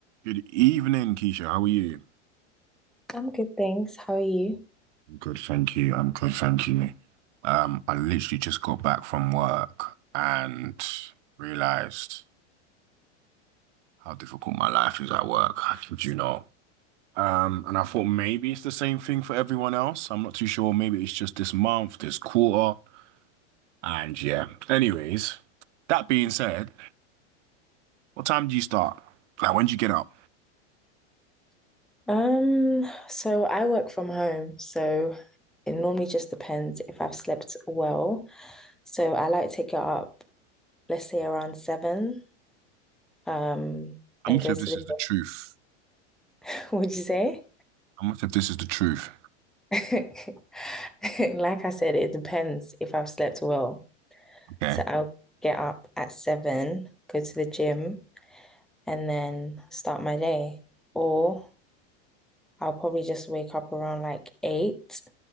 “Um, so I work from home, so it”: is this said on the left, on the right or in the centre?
Centre